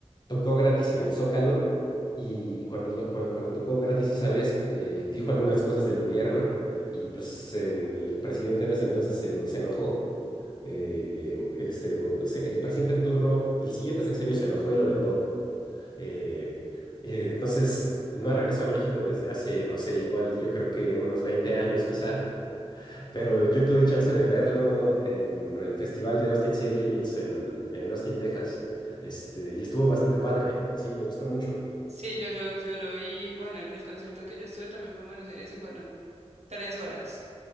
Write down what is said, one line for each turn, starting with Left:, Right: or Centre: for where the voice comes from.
Left: tocó gratis en el Zócalo y cuando, lo- cuando, cuando tocó gratis esa vez, eh, dijo algunas cosas del gobierno y pues en- el presidente en ese entonces se, en- se enojó. eh, eh, ese, o- se- el presidente en turno del siguiente sexenio se enojó y lo vetó. Eh, eh, entonces no regresó a México desde hace, no sé, igual yo creo que unos 20 años quizá. Pero yo tuve chance de verlo en el festival de Austin City Limits en, en Austin, Texas. Este, y estuvo bastante padre. Sí, me gustó mucho.
Right: Sí, yo lo, yo lo vi, bueno, el, el concierto que yo estuve también fue en Buenos Aires y fueron tres horas.